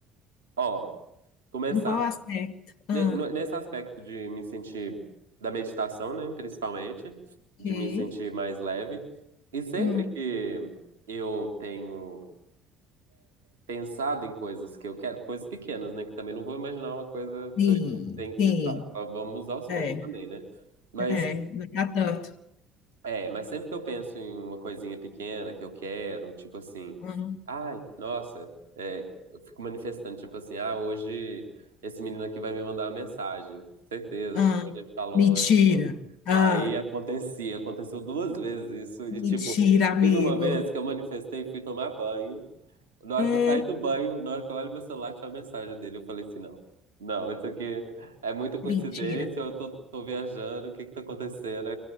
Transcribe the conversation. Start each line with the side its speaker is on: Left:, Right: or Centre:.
Right: ó, começar.
Left: Em qual aspecto? Ah,
Right: Ne- no- Nesse aspecto de me sentir da meditação, né, principalmente,
Left: ok.
Right: de me sentir mais leve. E sempre
Left: Hum.
Right: que eu tenho pensado em coisas que eu quero, coisas pequenas, né, que também não vou imaginar uma coisa,
Left: Sim,
Right: tô indo- tem-
Left: sim.
Right: sabe, vamos aos poucos
Left: É,
Right: também, né? Mas
Left: é, não tá tanto.
Right: é, mas sempre que eu penso em uma coisinha pequena que eu quero, tipo assim,
Left: Hum.
Right: ai, nossa, é, eu fico manifestando, tipo assim, ah, hoje esse menino aqui vai me mandar uma mensagem, certeza,
Left: Ah,
Right: tipo, a gente falou,
Left: mentira.
Right: tipo,
Left: Ah,
Right: aí acontecia, aconteceu duas vezes isso, e
Left: mentira,
Right: tipo,
Left: amigo.
Right: teve uma vez que eu manifestei e fui tomar banho, na hora
Left: Hum,
Right: que eu saí do banho, na hora que eu olho meu celular, tinha uma mensagem dele. Eu falei assim, não. Não, isso aqui é muita coincidência,
Left: mentira.
Right: eu tô, tô viajando, o que que tá acontecendo?